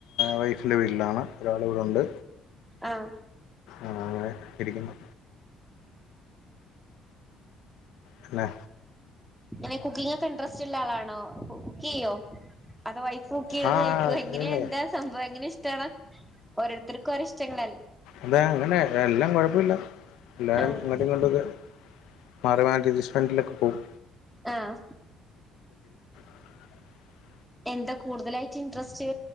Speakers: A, on the left; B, in the centre.
A: വൈഫിന്റെ വീട്ടിലാണ് ഒരാളവിടുണ്ട്
B: ആഹ്
A: ആഹ് ങ്ങനെ ഇരിക്കുന്നു അന്നെ
B: ഇനെ കുക്കിങ്ങക്കെ ഇൻട്രസ്റ്റ് ഉള്ള ആളാണോ കുക്ക് ചെയ്യോ അതോ വൈഫ് കുക്ക് ചെയത്
A: ആ
B: കഴിക്കുവ എങ്ങനെയ
A: ഇല്ല
B: എന്താ സംഭവം എങ്ങനെ ഇഷ്ടണോ ഓരോരുത്തർക്ക് ഓരോരിഷ്ടങ്ങളല്ലേ
A: അതാ അങ്ങനെ എല്ലാം കൊഴപ്പില്ല എല്ലാരും
B: ആഹ്
A: ഇങ്ങോട്ടും ഇങ്ങണ്ടൊക്കെ മാറുവാൻ റസ്റ്റോറൻറിലക്കെപോവും
B: ആഹ്
A: <inaudible>
B: എന്താ കൂടുതലായിട്ട് ഇൻട്രസ്റ്റ്